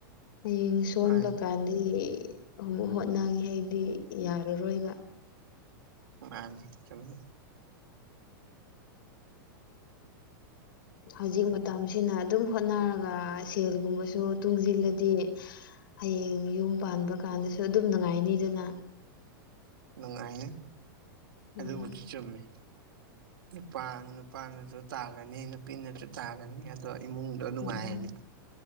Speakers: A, on the left (about 70°); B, on the right (about 85°).
A: ꯍꯌꯦꯡ ꯂꯣꯟꯕ
B: ꯃꯥꯅꯤ
A: ꯀꯥꯟꯗꯤ ꯑꯃꯨ ꯍꯣꯠꯅꯒꯦ ꯍꯥꯏꯗꯤ ꯌꯥꯔꯔꯣꯏꯕ
B: ꯃꯥꯅꯤ ꯆꯨꯃꯦ
A: ꯍꯧꯖꯤꯛ ꯃꯇꯝꯁꯤꯅ ꯑꯗꯨꯝ ꯍꯣꯠꯅꯔꯒ ꯁꯦꯜꯒꯨꯝꯕꯁꯨ ꯇꯨꯡꯖꯤꯜꯂꯗꯤ ꯍꯌꯦꯡ ꯌꯨꯝ ꯄꯥꯟꯕ ꯀꯥꯟꯗꯁꯨ ꯑꯗꯨꯝ ꯅꯨꯡꯉꯥꯏꯅꯤꯗꯅ
B: ꯅꯨꯡꯉꯥꯏꯅꯤ
A: ꯎꯝ
B: ꯑꯗꯨꯕꯨꯗꯤ ꯆꯨꯝꯃꯤ ꯅꯨꯄꯥ ꯅꯨꯄꯥꯅꯁꯨ ꯇꯥꯜꯂꯅꯤ ꯅꯨꯄꯤꯅꯁꯨ ꯇꯥꯜꯂꯅꯤ ꯑꯗꯣ ꯏꯃꯨꯡ ꯗꯣꯅꯨꯡꯉꯥꯏꯅꯤ
A: ꯎꯝ